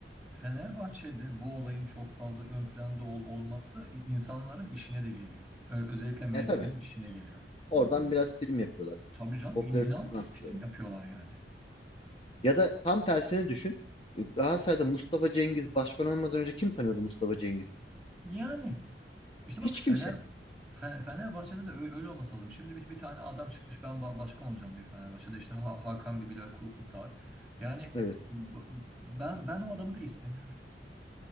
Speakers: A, in the centre; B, on the left (about 30°).
A: Fenerbahçe'de bu olayın çok fazla ön planda ol- olması i- insanların işine de geliyor. Ö- özellikle medyanın
B: e tabii.
A: işine geliyor.
B: Oradan biraz prim yapıyorlar.
A: Tabii canım
B: Popülaritesini
A: in- inanılmaz
B: arttırıyorlar.
A: prim yapıyorlar yani.
B: Ya da tam tersini düşün. E, Galatasaray'da Mustafa Cengiz başkan olmadan önce kim tanıyordu Mustafa Cengiz'i?
A: Yani İşte bak
B: Hiç
A: Fener
B: kimse.
A: Fe- Fenerbahçe'de de ö- öyle olması lazım. Şimdi bir, bir tane adam çıkmış ben ba- başkan olacağım diyor Fenerbahçe'de. İşte Ha- Hakan Bilal Kurtlar. Yani
B: Evet.
A: b- ben ben o adamı da istemiyorum.